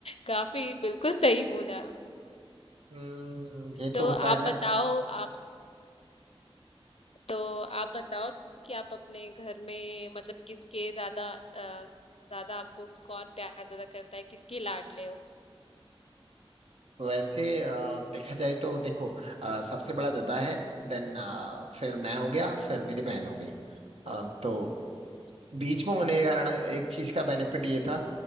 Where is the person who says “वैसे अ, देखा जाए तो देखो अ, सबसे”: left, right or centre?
Right